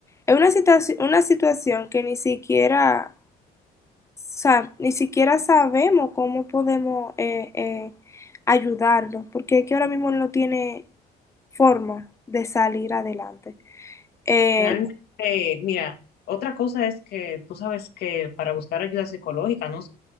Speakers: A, on the left; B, on the left.
A: es una situación, una situación que ni siquiera, sa- ni siquiera sabemos cómo podemos eh, eh, ayudarlo, porque es que ahora mismo no tiene forma de salir adelante. Eh,
B: Realmente, mira, otra cosa es que tú sabes que para buscar ayuda psicológica, ¿no?